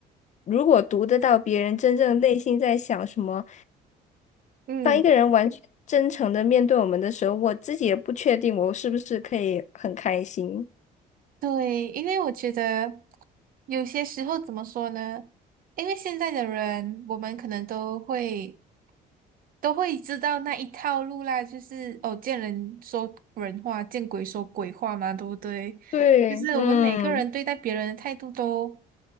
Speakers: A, on the left; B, on the right.
A: 如果读得到别人真正内心在想什么，
B: 嗯
A: 当一个人完全真诚的面对我们的时候，我自己也不确定我是不是可以很开心。
B: 对，因为我觉得有些时候怎么说呢？因为现在的人，我们可能都会。都会知道那一套路啦，就是哦，见人说人话，见鬼说鬼话嘛，对不对？
A: 对，
B: 就是我们每个人对待别人的态度都
A: 嗯